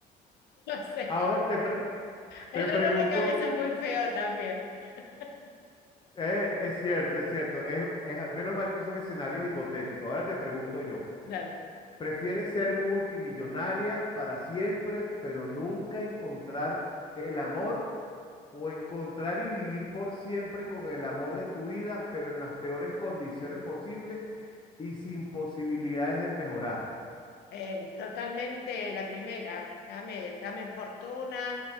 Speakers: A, on the left; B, on the left.
A: No sé.
B: Ahora te, pre-
A: El
B: te
A: dolor
B: pregunto,
A: de cabeza es muy feo también. <laughs>
B: eh, es cierto, es cierto, es, es- menos mal que son escenarios hipotéticos. Ahora te pregunto yo,
A: Dale.
B: ¿prefieres ser multimillonaria para siempre, pero nunca encontrar el amor? ¿O encontrar y vivir por siempre con el amor de tu vida, pero en las peores condiciones posibles y sin posibilidades de mejorar?
A: Eh, totalmente la primera. Dame, dame fortuna,